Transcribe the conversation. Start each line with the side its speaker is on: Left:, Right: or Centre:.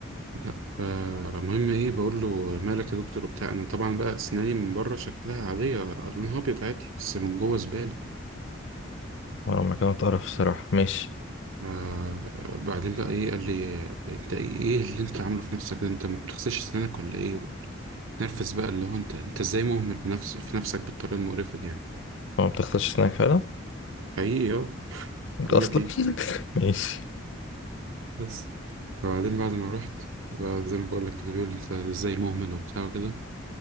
Right: لا فالمهم ايه بقول له مالك يا دكتور وبتاع انا طبعا بقى اسناني من بره شكلها عاديه لونها ابيض عادي بس من جوه زباله
Left: وانا لما كانت قرف الصراحه ماشي
Right: آه بعدين بقى ايه قال لي انت ايه إيه اللي انت عامله في نفسك ده انت ما بتغسلش اسنانك ولا ايه نرفز بقى اللي هو انت انت ازاي مهمل بنفس في نفسك بالطريقه المقرفه دي يعني
Left: هو ما بتغسلش اسنانك فعلا
Right: حقيقي اه
Left: انت
Right: اقول
Left: اصلا
Right: لك ايه
Left: <laughs> ماشي
Right: بس فبعدين بعد ما رحت بقى زي ما بقول لك كده بيقول لي انت ازاي مهمل وبتاع وكده